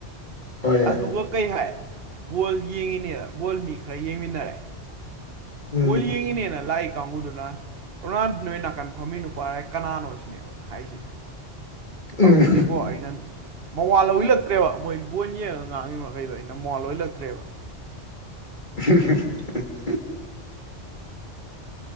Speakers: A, on the left; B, on the right.
A: ꯍꯣꯏꯅꯦ
B: ꯑꯗꯨꯒ ꯀꯩ ꯍꯥꯏ ꯕꯣꯜ ꯌꯦꯡꯉꯤꯅꯦꯗ ꯕꯣꯜ ꯃꯤ ꯈꯔ ꯌꯦꯡꯃꯤꯟꯅꯔꯦ
A: ꯎꯝ
B: ꯣꯂꯤꯌꯦꯉꯅꯦꯅ ꯂꯥꯏꯛ ꯀꯥꯡꯕꯨꯗꯨꯅ ꯂꯔꯥꯟꯗꯤ ꯅꯣꯏ ꯅꯥꯀꯟ ꯐꯝꯃꯤ ꯅꯨꯄꯥꯔ ꯀꯅꯥꯅꯣ ꯑꯣꯏꯁꯤꯅꯦꯕ ꯍꯥꯏꯁꯦ
A: ꯎꯝ
B: ꯑꯗꯗꯤꯀꯣ ꯑꯩꯅꯟ ꯃꯋꯥꯜ ꯂꯤꯜꯂꯛꯇ꯭ꯔꯦꯕ ꯃꯣꯏ ꯕꯣꯟ ꯌꯦꯡꯉꯒ ꯉꯥꯡꯉꯤ ꯃꯈꯩꯗꯣ ꯑꯩꯅ ꯃꯋꯥꯜ ꯂꯍꯜꯂꯛꯇ꯭ꯔꯦꯕ
A: <unintelligible>